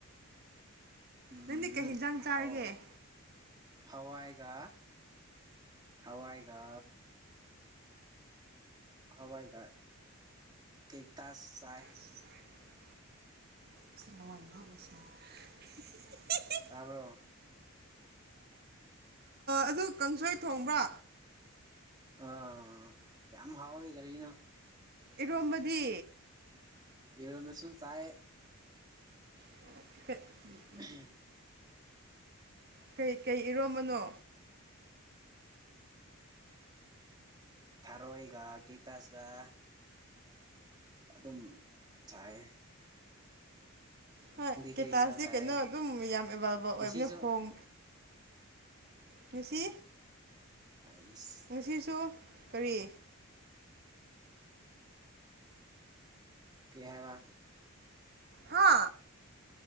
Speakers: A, on the right; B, on the right.
A: ꯎꯝ
B: ꯅꯪꯗꯤ ꯀꯩ ꯍꯤꯟꯖꯥꯡ ꯆꯥꯔꯒꯦ
A: ꯍꯧ ꯍꯧꯋꯥꯏꯒ ꯍꯋꯥꯏꯒ ꯍꯋꯥꯏꯒ ꯀꯩ ꯇꯁ ꯆꯥꯏ
B: <unintelligible> <unintelligible>
A: ꯇꯥꯕ꯭ꯔꯣ
B: ꯑꯗꯨ ꯀꯥꯡꯁꯣꯏ ꯊꯣꯡꯕ꯭ꯔꯥ
A: ꯑꯥ ꯌꯥꯝ ꯍꯥꯎꯋꯦ ꯀꯔꯤꯅꯣ
B: ꯏꯔꯣꯝꯕꯗꯤ
A: ꯏꯔꯣꯃꯕꯁꯨ ꯆꯥꯏ
B: <unintelligible>
A: <inaudible>
B: ꯀꯩ ꯀꯩ ꯏꯔꯣꯝꯕꯅꯣ
A: ꯊꯦꯔꯣꯏꯒ ꯀꯦꯛꯇꯁꯒ ꯑꯗꯨꯝ ꯆꯥꯏꯌꯦ
B: ꯍꯣꯏ ꯀꯦꯇꯁ
A: ꯀꯔꯤ ꯏꯟꯁꯥꯡ ꯆꯥꯔꯦ
B: ꯀꯩꯅꯣ ꯑꯗꯨꯝ ꯌꯥꯝ ꯑꯦꯕꯥꯏꯂꯦꯕꯜ
A: ꯉꯁꯤꯁꯨ
B: ꯑꯣꯏꯕꯅꯤ ꯍꯣꯡ ꯉꯁꯤ
A: ꯑꯩꯁ
B: ꯉꯁꯤꯁꯨ ꯀꯔꯤ
A: ꯀꯔꯤ ꯍꯥꯏꯕ
B: ꯍꯥ